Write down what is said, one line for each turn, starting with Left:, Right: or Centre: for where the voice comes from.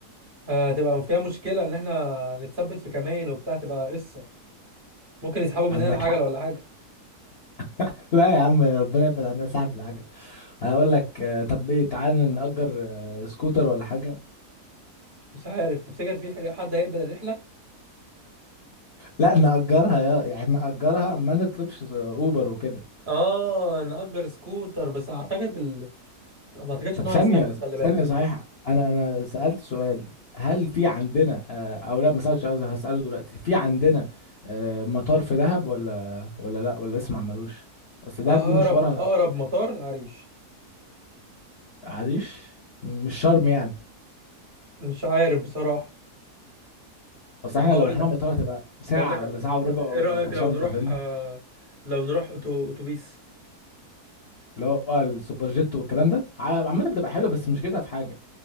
Right: هتبقى فيها مشكلة إن إحنا نتثبت في كمين وبتاع تبقى قصة ممكن يسحبوا مننا
Left: عندك
Right: العجلة
Left: حق
Right: ولا حاجة
Left: <laughs> لا يا عم ربنا يبعد عننا صاحب العجل هقول لك آه، طب ايه تعالى نأجر آه، سكوتر ولا حاجه
Right: مش عارف تفتكر في حاجة- حد هيقبل الرحلة؟
Left: لا نأجرها يا يعني نأجرها ما نطلبش آه، اوبر وكده
Right: آه نأجر سكوتر بس أعتقد ال... ما أعتقدش
Left: طب
Right: إن
Left: ثانية
Right: هو هيستحمل خلي
Left: ثانية
Right: بالك
Left: صحيح أنا أنا سألت سؤال هل في عندنا آه، أو لا ما سألتش قصدي هسأله دلوقتي في عندنا آه، مطار في دهب ولا ولا لا ولا لسه ما عملوش أصل دهب
Right: آه،
Left: دي مشوارها
Right: أقرب أقرب مطار العريش
Left: عريش مش شرم يعني
Right: مش عارف بصراحة
Left: أصل
Right: طب
Left: إحنا
Right: هقول
Left: لو رحنا
Right: لك
Left: مطار هتبقى ساعة
Right: هقول لك على
Left: ولا
Right: حاجة
Left: ساعة وربع
Right: طب إيه
Left: ولا
Right: رأيك
Left: وصلنا
Right: لو نروح
Left: فاهمني
Right: آه، لو نروح أتو- أتوبيس؟
Left: اللي هو السوبر جيت والكلام ده ع- عامة بتبقى حلوة بس مش كده في حاجة